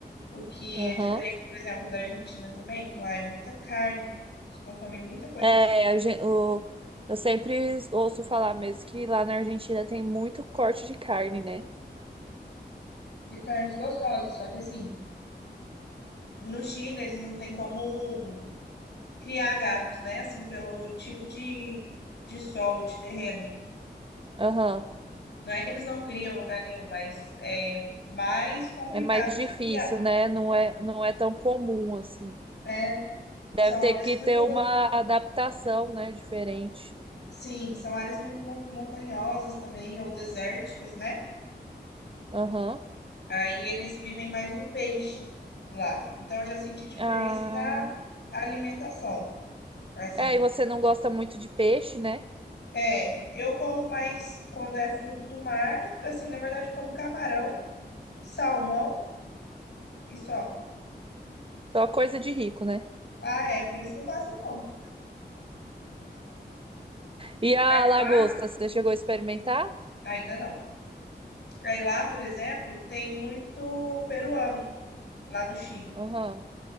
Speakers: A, on the left; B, on the right.
A: O que
B: Aham.
A: é diferente, por exemplo, da Argentina também, que lá é muita carne. Eles consomem muita coisa
B: É,
A: de,
B: a gen- o- eu sempre ouço falar mesmo que lá na Argentina tem muito corte de carne, né?
A: de carnes gostosas. Só que assim, no Chile, eles não têm como criar gados, né? Assim, pelo tipo de, de solo, de terreno.
B: Aham.
A: Não é que eles não criam em lugar nenhum, mas é mais complicado
B: É mais difícil,
A: de criar.
B: né? Não é, não é tão comum assim.
A: É, são
B: Deve ter
A: áreas
B: que
A: muito,
B: ter uma adaptação, né? Diferente.
A: sim, são áreas muito mon- montanhosas também, ou desérticas, né?
B: Aham.
A: Aí eles vivem mais do peixe lá. Então eu já senti diferença
B: Ah.
A: na alimentação, assim.
B: É, e você não gosta muito de peixe, né?
A: É, eu como mais quando é fruto do mar, assim, na verdade como camarão, salmão e só.
B: Só coisa de rico, né?
A: Ah, é, por isso que eu quase não como.
B: E a
A: Aí
B: lagosta,
A: lá,
B: você chegou a experimentar?
A: ainda não. Aí lá, por exemplo, tem muito peruano lá no Chile.
B: Aham.